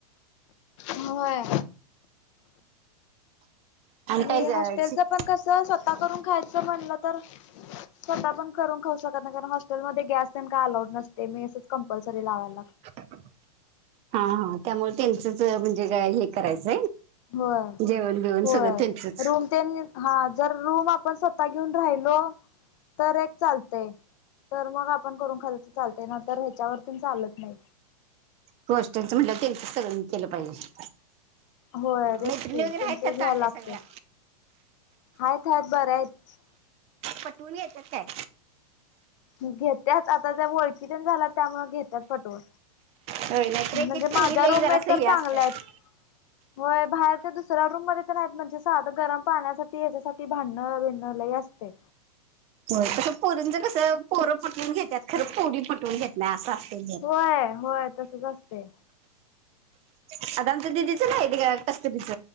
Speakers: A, on the left; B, on the right.
A: होय. आणि
B: काय हा
A: हॉस्टेलच पण कस स्वतः करून खायच म्हणल तर स्वतः पण करून खाऊ शकत नाही. कारण हॉस्टेलमध्ये गॅस तेन काय अलाउड नसतय? मेसच कंपल्सरी लावायला लाग
B: हा.. हा. त्यामुळे त्यांचच म्हणजे हे करायच?
A: होय
B: जेवण बिवण
A: होय
B: सगळ त्यांचच.
A: रूम ते हा जर रूम आपण स्वतः घेऊन राहिलो? तर एक चालतय. तर मग आपण करून खाली त चालतय. नाय तर ह्याच्यावर चालत नाही.
B: गोष्टीच म्हटल त्यांच सहन केल पाहिजे?
A: होय.. तेच
B: मैत्रिणी
A: की
B: वगैरे
A: त्यांचच
B: आहेत त्या
A: घ्यावा
B: चांगल्या
A: लागतय?
B: सगळ्या
A: हायत हाय बर्‍यायत.
B: पटवून घेत्यात काय?
A: घेत्याच आता त्या ओळखीच्याच झाल्यात. त्यामुळ त्या घेत्यात पटवून.
B: होय नाहीतर एक
A: म्हणजे..
B: एक पोरी
A: माझ्या
B: लई
A: रूममेट
B: जरासं
A: तर
B: हे असतात
A: चांगल्यायेत. होय.. बाहेर ते दुसऱ्या रूमध्ये तर नाहीत? म्हणजे साधं गरम पाण्यासाठी ह्याच्यासाठी भांडण बिंडन लई असतय?
B: होय.. तस पोरींच कस पोर पटवून घेत्यात. खरं पोरी पटवून घेत नाही अस हो
A: होय होय तसच असतय
B: <unintelligible> आता आमच दिदीच नाही का? कस्तुरीच